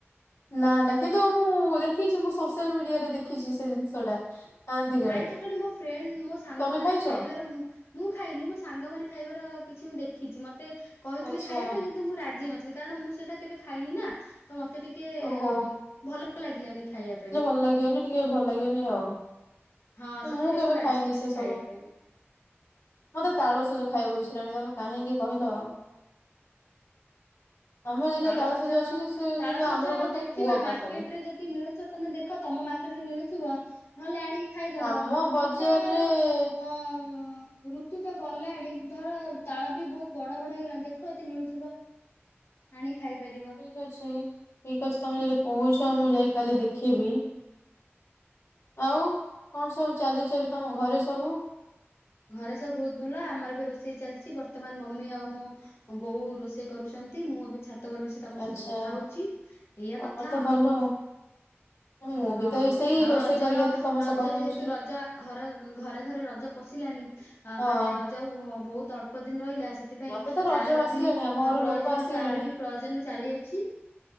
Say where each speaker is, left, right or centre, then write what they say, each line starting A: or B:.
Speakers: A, on the left (about 80°); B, on the left (about 65°).
A: ନା ନା କିନ୍ତୁ ମୁଁ ଦେଖିଛି ମୁଁ ସୋସିଆଲ ମିଡିଆରେ ଦେଖିଛି ସେ ଜିନିଷ ଟା। ଖାଆନ୍ତି କାଳେ
B: କାଈ ଚଟଣୀ ମୋ ଫ୍ରେଣ୍ଡ୍ ମୋ ସାଙ୍ଗ
A: ତମେ
B: ମାନେ
A: ଖାଇଛ?
B: ଖାଇବାର ମୁଁ ମୁଁ ଖାଇନି ମୋ ସାଙ୍ଗମାନେ ଖାଇବାର କିଛି ମୁଁ ଦେଖିଛି ମତେ କହିଥିଲେ
A: ଆଚ୍ଛା
B: ଖାଇବା ପାଇଁ କିନ୍ ତୁ ମୁଁ ରାଜି ନଥିଲି କାରଣ ମୁଁ ସେଇଟା କେବେ ଖାଇନି ନା। ତ ମତେ ଟିକେ
A: ଓହୋ
B: ଅ ଭଲ ଲାଗିଲାନି ଖାଇବା ପାଇଁ।
A: ଲାଗେନି। ଟିକେ ଭଲ ଲାଗେନି ଆଉ
B: ହଁ ସେଥିପାଇଁ
A: ମୁଁ କେବେ
B: ରାଜି
A: ଖାଇନି
B: ହେଲିନି
A: ସେ ସବୁ।
B: ଖାଇବା ପାଇଁ।
A: ମତେ ତାଳସଜ ଖାଇବାକୁଇଛା ହେଲାଣି ତମେ କାହିଁକି କହିଲ। ଆମର ଦିଟା
B: ତାଳସଜ
A: ତାଳସଜା ଅଛି ସେ
B: ତାଳସଜ
A: କିନ୍ତୁ ଆମର ଗୋଟେ
B: ଦେଖିବା
A: କୂଅ
B: ମାର୍କେଟ
A: ପାଖରେ।
B: ରେ ଯଦି ମିଳୁଥିବ ତମେ ଦେଖ ତମ ମାର୍କେଟ ଯ ମିଳୁଥିବ ନହଲେ ଆଣିକି ଖାଇଦବ
A: ଆମ ବଜାରରେ
B: କିନ୍ତ ତାର ଅ ଋ ତୁ ତ ଗଲାଣି ଧର ତାଳ ବି ବହୁତ ବଡ ବଡ ହେଇଗଲାଣି ଦେଖ ଯଦି ମିଳୁଥିବ। ଆଣି ଖାଇ ପାରିବ।
A: ଠିକ ଅଛି ଠିକ ଅଛି ତମେ ଯଦି କହୁଛ ମୁଁ ଯାଇ କାଲି ଦେଖିବି। ଆଉ କଣ ସବୁ ଚାଲିଛି ଏବେ ତମ ଘରେ ସବୁ?
B: ଘରେ ସବୁ ବହୁତ ଭଲ ଆମର ବି ରୋଷେଇ ଚାଲିଛି ବର୍ତ୍ତମାନ ମମି ଆଉ ମୁଁ ବୋଉ ରୋଷେଇ କରୁଛନ୍ତି ମୁଁ ଏବେ ଛାତ ଉପରେ ବସି ତମ
A: ଆଚ୍ଛା
B: ସହିତ କଥା ହଉଛି ଏଇଆ
A: ତମର
B: କଥା
A: ତ
B: ଆଉ।
A: ଭଲ ମୁଁ
B: ହଁ
A: ବି ତ ଏଇ ସେଇ
B: ଆଉ
A: ରୋଷେଇ
B: ରଜର
A: କରିକି ଆସି ତମ
B: ରଜ
A: ସହ କଥା
B: ଯେହେତୁ
A: ହଉଛି
B: ରଜ ଘରେ ଘରେ ଘରେ ରଜ ପଶି ଲାଣି
A: ହଁ
B: ମାନେ ରଜ ଆଉ ବହୁତ ଅଳ୍ପ ଦିନ ରହିଲା ସେଥିପାଇଁ
A: ମତେ ତ ରଜ
B: ତାର
A: ବାସିଲାଣି
B: ବି
A: ଆମ ଘରୁ
B: ପ୍ରୟୋଜନ
A: ଲୋକ ଆସିଗଲେଣି
B: ତାର ବି ପ୍ରୟୋଜନ ଚାଲିଅଛି।